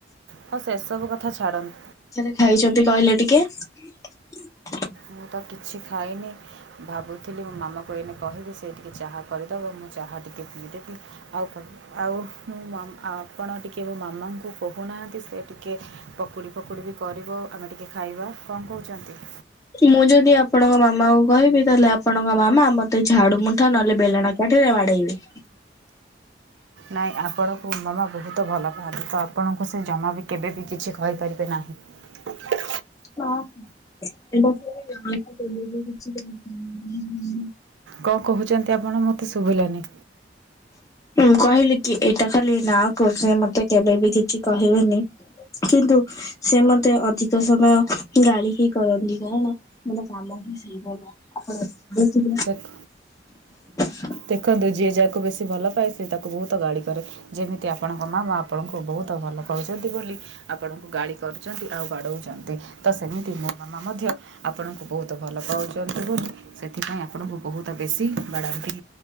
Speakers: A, on the right; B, on the left.
A: ହଉ ସେସବୁ କଥା ଛାଡ଼ନ୍ତୁ
B: <unintelligible> ଖାଇଛନ୍ତି କହିଲେ ଟିକେ <unintelligible>
A: ମୁଁ ତ କିଛି ଖାଇନି ଭାବୁଥିଲି ମୋ ମାମା କୁ ଏଇନେ କହିବି ସେ ଟିକେ ଚାହା କରିଦେବ ମୁଁ ଚାହା ଟିକେ ପିଇଦେବି ଆଉ ଆଉ ମୁଁ ଆପଣ ଟିକିଏ ମୋ ମାମାଙ୍କୁ କହୁନା ସେ ଟିକେ ପକୁଡ଼ି ଫକୁଡ଼ି ବି କରିବ ଆମେ ଟିକେ ଖାଇବା କଣ କହୁଛନ୍ତି
B: ମୁଁ ଯଦି ଆପଣଙ୍କ ମାମାଙ୍କୁ କହିବି ତାହେଲେ ଆପଣଙ୍କ ମାମା ମୋତେ ଝାଡୁ ମୁଠା ନହେଲେ ବେଲଣା କାଠିରେ ବା ବାଡେଇବେ
A: ନାଇଁ ଆପଣଙ୍କୁ ମାମା ବହୁତ ଭଲ ପାଆନ୍ତି ତ ଆପଣଙ୍କୁ ସେ ଜମା ବି କେବେ ବି କିଛି କହିପାରିବେ ନାହିଁ
B: ହଁ <unintelligible>
A: କଣ କହୁଛନ୍ତି ଆପଣ ମୋତେ ଶୁଭିଲାନି
B: ମୁଁ କହିଲିକି ଏଇଟା ଖାଲି ନା କରୁଛ ମୋତେ କେବେ ବି କିଛି କହିବେନି କିନ୍ତୁ ସେ ମୋତେ ଅଧିକ ସମୟ ଗାଳିି ହିଁ କରନ୍ତି କାହିଁକିନା କାମ ସେଇ
A: ଦେଖ
B: <unintelligible>
A: ଦେଖନ୍ତୁ ଯିଏ ଯାହାକୁ ବେଶୀ ଭଲ ପାଏ ସେ ତାକୁ ବହୁତ ଗାଳି କରେ ଯେମିତି ଆପଣଙ୍କ ମାମା ଆପଣଙ୍କୁ ବହୁ ବହୁତ ଭଲ ପାଉଛନ୍ତି ବୋଲି ଆପଣଙ୍କୁ ଗାଳି କରୁଛନ୍ତି ଆଉ ବାଡ଼ଉଛନ୍ତି ତ ସେମିତି ମୋ ମାମା ମୋ ମଧ୍ୟ ଆପଣଙ୍କୁ ବହୁତ ଭଲ ପାଉଛନ୍ତି ବୋଲି ସେଥିପାଇଁ ଆପଣଙ୍କୁ ବହୁତ ବେଶୀ ବାଡ଼ାନ୍ତି